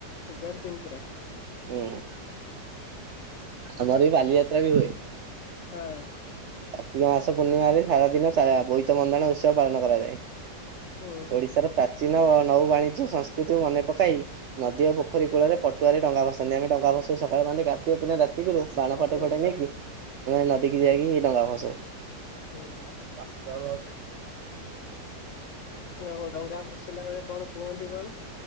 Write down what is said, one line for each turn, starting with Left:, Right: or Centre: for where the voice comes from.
Left: ଗାର ଦିନି ପୁରା।
Right: ଉଁ। ଆମର ବି ବାଲିଯାତ୍ରା ବି ହୁଏ।
Left: ହଁ
Right: କାର୍ତ୍ତିକ ମାସ ପୂର୍ଣ୍ଣିମାରେ ସାରାଦିନ ବୋଇତ ବନ୍ଦାଣ ଉତ୍ସବ ପାଳନ କରାଯାଏ।
Left: ହୁଁ।
Right: ଓଡିଶାର ପ୍ରାଚୀନ ଓ ନୌ ବାଣିଜ୍ୟ ସଂସ୍କୃତିକୁ ମନେ ପକାଇ ନଦୀ ଓ ପୋଖରୀ କୂଳରେ ପଟୁଆରେ ଡ଼ଙ୍ଗା ଭସାନ୍ତି ଆମେ ଡ଼ଙ୍ଗା ଭସୋଉ ସକାଳ ମାନେ ଗାତିଏ ପୁରା ରାତିକରୁ ବାଣ ଫାଟ
Left: ହଁ
Right: ଫାଟେ ନେଇକି ଆମେ ନଦୀକି ଯାଇକି ଡଙ୍ଗା ଭସଉ।
Left: ହୁଁ
Right: <unintelligible>
Left: ନା ମ ଡଙ୍ଗା ଭସେଇଲା ବେଳେ କଣ କୁହନ୍ତି କ